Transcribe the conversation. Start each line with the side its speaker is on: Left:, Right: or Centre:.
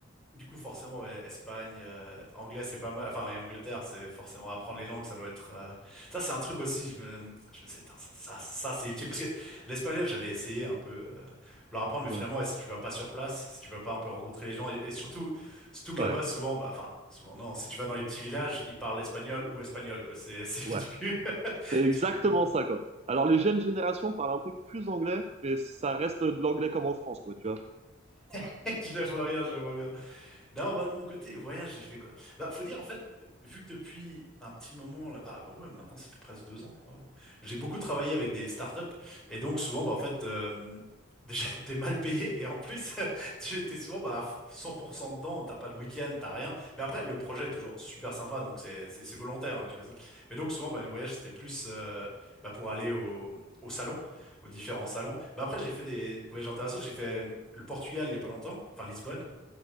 Centre: du coup, forcément, ouais, Espagne, euh, anglais, c'est pas mal. Enfin, et Angleterre, c'est forcément apprendre les langues, ça doit être. euh, Ça, c'est un truc aussi. Je me, je me disais, Tain, ça, ça, ça, c'est utile parce que l'espagnol, j'avais essayé un peu euh, leur apprendre, mais
Right: ouais,
Centre: finalement, ouais, si tu vas pas sur place, si tu vas pas un peu rencontrer les gens, et, et surtout. Surtout que
Right: ouais,
Centre: là-bas, souvent, bah, enfin, souvent, non, si tu vas dans les petits villages, ils parlent espagnol ou espagnol, quoi. C'est, <laughs> c'est
Right: ouais.
Centre: vite vu. <laughs>
Right: C'est exactement
Centre: Du coup,
Right: ça, quoi. Alors, les jeunes générations parlent un peu plus anglais, mais ça reste de l'anglais comme en France, quoi, tu vois.
Centre: <laughs> je vois bien, je vois bien. Non, moi de mon côté, les voyages, j'ai fait quoi? Bah, faut dire, en fait, vu que depuis un petit moment, là, bah, bah ouais, maintenant ça fait presque deux ans. wow. J'ai beaucoup travaillé avec des startups et donc souvent, bah en fait, euh, déjà <laughs> t'es mal payé et en plus, <laughs> tu étais souvent bah à 100% dedans, t'as pas de week-end, t'as rien. Mais après, le projet est toujours super sympa, donc c'est c'est c'est volontaire hein, qui fait ça. Mais donc souvent, bah, mes voyages c'était plus euh, bah, pour aller au au salon, aux différents salons. Mais après, j'ai fait des voyages intéressants. J'ai fait euh, le Portugal il y a pas longtemps, enfin Lisbonne.